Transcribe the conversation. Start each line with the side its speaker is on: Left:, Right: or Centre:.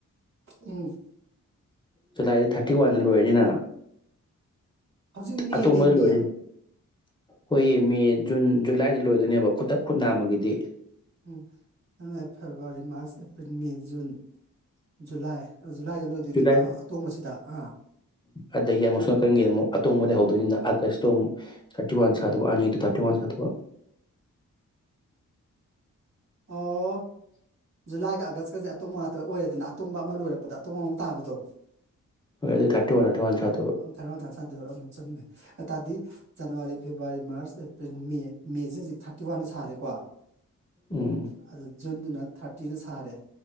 Right: ꯎꯝ
Left: ꯖꯨꯂꯥꯏꯗꯣ ꯊꯥꯔꯇꯤ ꯋꯥꯟꯅ ꯂꯣꯏꯔꯅꯤꯅ
Right: ꯍꯧꯖꯤꯛ ꯃꯦꯅꯦ
Left: ꯑꯇꯣꯡꯕꯗ
Right: ꯃꯦ
Left: ꯂꯣꯏꯔꯅꯤ ꯍꯣꯏꯌꯦ ꯃꯦ ꯖꯨꯟ ꯖꯨꯂꯥꯏꯗ ꯂꯣꯏꯗꯣꯏꯅꯦꯕ ꯈꯨꯠꯇ ꯈꯨꯠ ꯅꯥꯝꯃꯒꯤꯗꯤ꯫
Right: ꯎꯝ February March April May June July ꯖꯨꯂꯥꯏꯗ ꯂꯣꯏꯗꯣꯏꯅꯦꯕ
Left: ꯖꯨꯂꯥꯏ
Right: ꯑꯇꯣꯡꯕꯁꯤꯗ ꯑꯥ
Left: ꯑꯗꯒꯤ ꯑꯃꯨꯛ ꯁꯣꯝ ꯅꯥꯀꯟꯒꯤ ꯑꯃꯨꯛ ꯑꯇꯣꯡꯕꯗꯩ ꯍꯧꯗꯣꯏꯅꯤꯅ ꯑꯥꯒꯁꯇꯣ ꯑꯃꯨꯛ ꯊꯥꯔꯇꯤ ꯋꯥꯟ ꯁꯥꯗꯧꯕ ꯑꯅꯤꯗꯣ ꯊꯥꯔꯇꯤ ꯋꯥꯟ ꯁꯥꯗꯧꯕ
Right: ꯑꯣ ꯖꯨꯂꯥꯏꯒ ꯑꯥꯒꯁꯀꯖꯦ ꯑꯇꯣꯕ ꯉꯥꯛꯇ ꯑꯣꯏꯔꯦꯗꯅ ꯑꯇꯣꯡꯕ ꯑꯃ ꯂꯣꯏꯔꯛꯄꯗ ꯑꯇꯣꯡꯕ ꯑꯃ ꯇꯥꯕꯗꯣ
Left: ꯍꯣꯏ ꯑꯗꯨꯗꯤ ꯊꯥꯔꯇꯤ ꯋꯥꯟ ꯊꯔꯇꯤ ꯋꯥꯟ ꯁꯥꯗꯧꯕ꯫
Right: ꯎꯝ ꯊꯥꯔꯇꯤ ꯋꯥꯟ ꯊꯥꯔꯇꯤ ꯎꯝ ꯆꯨꯝꯃꯦ ꯑꯇꯥꯗꯤ January February March April May ꯃꯦꯖꯦ ꯍꯧꯖꯤꯛ ꯊꯥꯔꯇꯤ ꯋꯥꯟꯅ ꯁꯥꯔꯦꯀꯣ
Left: ꯎꯝ
Right: <unintelligible> ꯑꯗꯨꯅ ꯊꯥꯔꯇꯤꯅ ꯁꯥꯔꯦ